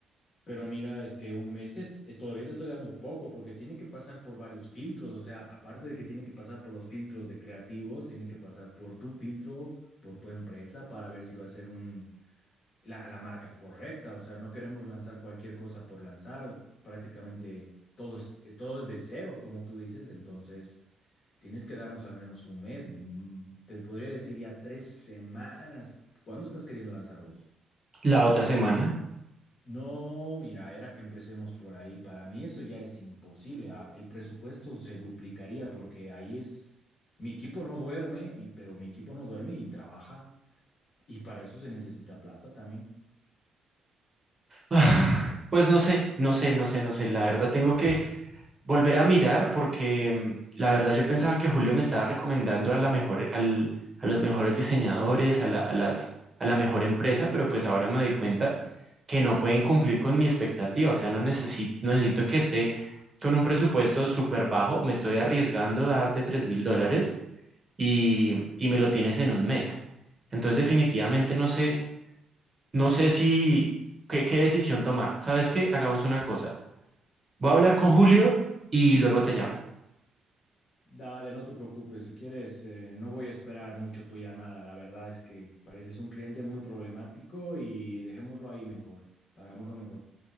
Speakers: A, on the left; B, on the right.
A: Pero mira, es que un mes es, eh, todavía te estoy dando poco porque tiene que pasar por varios filtros, o sea, aparte de que tiene que pasar por los filtros de creativos, tiene que pasar por tu filtro, por tu empresa, para ver si va a ser un la, la marca correcta, o sea, no queremos lanzar cualquier cosa por lanzar, prácticamente todo es, eh, todo es de cero, como tú dices, entonces tienes que darnos al menos un mes, mm, te podría decir ya tres semanas, ¿cuándo estás queriendo lanzar vos?
B: La otra semana.
A: No, mira, era que empecemos por ahí, para mí eso ya es imposible, ah, el presupuesto se duplicaría porque ahí es, mi equipo no duerme, y, pero mi equipo no duerme y trabaja, y para eso se necesita plata también.
B: <sighs> Pues no sé, no sé, no sé, no sé. La verdad tengo que volver a mirar porque mm, la verdad yo pensaba que Julio me estaba recomendando a la mejor, al- a los mejores diseñadores, a la, a las, a la mejor empresa, pero pues ahora me doy cuenta que no pueden cumplir con mi expectativa, o sea, no necesito, no necesito que esté con un presupuesto súper bajo, me estoy arriesgando a darte tres mil dólares y, y me lo tienes en un mes. Entonces definitivamente no sé, no sé si, qué, qué decisión tomar. ¿Sabes qué? Hagamos una cosa. Voy a hablar con Julio y luego te llamo.
A: Dale, no te preocupes. Si quieres, eh, no voy a esperar mucho tu llamada. La verdad es que pareces un cliente muy problemático y dejémoslo ahí mejor. Hagámoslo mejor.